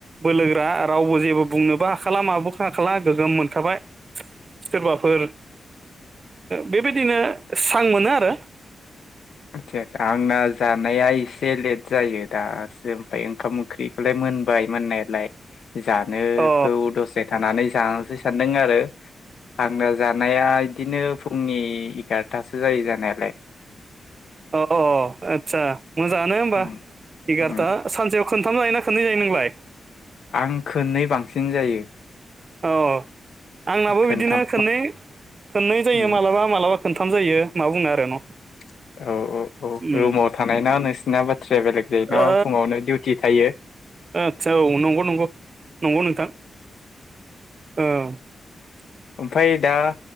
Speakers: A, on the right; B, on the left.
A: बोलोगोरा रावबो जेबो बुंनोबो खालाम आबोखा खाला खालाम गोगोम मोनखाबाय सोरबाफोर बेबायदिनो स्रां मोनो आरो।
B: आतचा आचा आंना जानाया इसे लेद जायो दासो ओमफाय ओंखाम ओंख्रिखौलाय मोनबाय मोननायालाय। जानोखौ
A: अ
B: दसे थानानै जानोसै सानदों आरो आंना जानाया इदिनो फुंनि एगारथासो जायो जानायालाय।
A: अ आतचा। मोजाङानो होमबा
B: उम
A: एगारथा
B: उम
A: सानसेयाव खोन थाम जायो ना खोननै जायो नोंलाय?
B: आं खोननै बांसिन जायो।
A: अह आंनाबो
B: खोनथाम
A: बिदिनो खननै खननै जायो
B: उम
A: मालाबा मालाबा खोनथाम जायो मा बुंनो आरो न'
B: <inaudible> औ औ औ
A: उम
B: रुमाव थानाय ना नोंसिना बाथ्राया बेलेग जायो ना
A: ओ
B: फुङावनो डिउटि थायो
A: आदसा औ नंगौ नंगौ नंगौ नोंथां औ
B: ओमफ्राय दा